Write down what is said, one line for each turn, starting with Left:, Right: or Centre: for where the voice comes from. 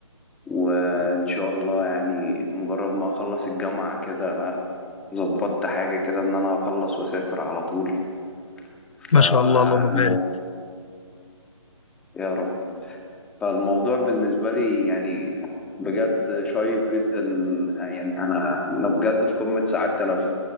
Centre: وان شاء الله يعني مجرد ما اخلص الجامعة كده ظبطت حاجة كده إن أنا أخلص وأسافر على طول فالموضوع
Left: ما شاء الله اللهم بارك
Centre: يا رب فالموضوع بالنسبة لي يعني بجد شيق جدا يعني أنا أنا بجد في قمة سعادتي أنا في